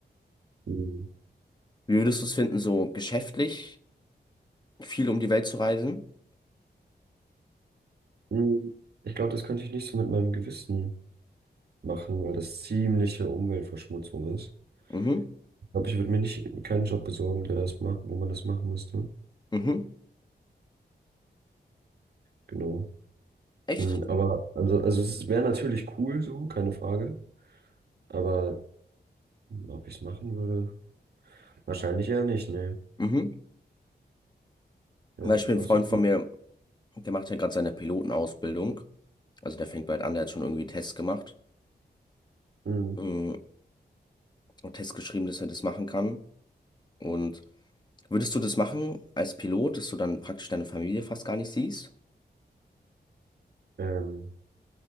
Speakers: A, on the right (about 65°); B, on the left (about 25°).
A: Mhm.
B: Wie würdest du es finden, so geschäftlich? Viel um die Welt zu reisen.
A: Mhm. Ich glaube, das könnte ich nicht so mit meinem Gewissen. machen, weil das ziemliche Umweltverschmutzung ist.
B: Mhm.
A: Ich glaube, ich würde mir nicht keinen Job besorgen, der das macht, wo man das machen müsste.
B: Mhm.
A: Genau.
B: Echt?
A: Mm, Aber also, also es wäre natürlich cool so, keine Frage. Aber ob ich es machen würde, wahrscheinlich eher nicht, ne.
B: Mhm.
A: Ja,
B: Zum Beispiel
A: auch
B: ein Freund
A: so.
B: von mir, der macht ja gerade seine Pilotenausbildung. Also der fängt bald an, der hat schon irgendwie Tests gemacht.
A: Mm,
B: Mhm. Und Tests geschrieben, dass er das machen kann. Und würdest du das machen als Pilot, dass du dann praktisch deine Familie fast gar nicht siehst?
A: Ähm,